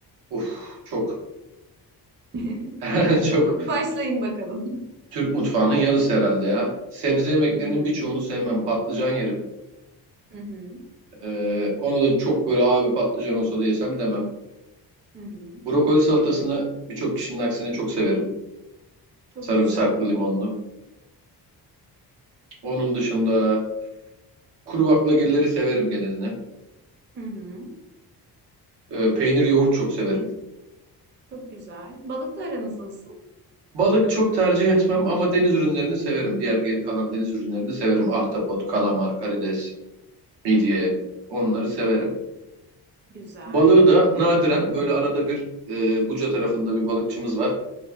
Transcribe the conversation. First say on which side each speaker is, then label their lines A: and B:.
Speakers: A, on the right (about 85°); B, on the right (about 30°).
A: Uf, çok.
B: <laughs>
A: <laughs> Çok.
B: Başlayın bakalım.
A: Türk mutfağının yarısı herhalde ya. Sebze yemeklerinin
B: Hı hı.
A: birçoğunu sevmem. Patlıcan yerim.
B: Hı hı.
A: Ee, onu da çok böyle abi patlıcan olsa da yesem demem.
B: Hı hı.
A: Brokoli salatasını birçok kişinin aksine çok severim.
B: Çok
A: Sarımsaklı,
B: güzel.
A: limonlu. Onun dışında kuru baklagilleri severim geneline.
B: Hı hı.
A: Ee, peynir, yoğurt çok severim.
B: Çok güzel. Balıkla aranız nasıl?
A: Balık çok tercih etmem ama deniz ürünlerini severim. Diğer geri kalan deniz ürünlerini severim. Ahtapot, kalamar, karides, midye
B: Hı hı.
A: onları severim.
B: Güzel.
A: Balığı da nadiren böyle arada bir e, Buca tarafında bir balıkçımız var.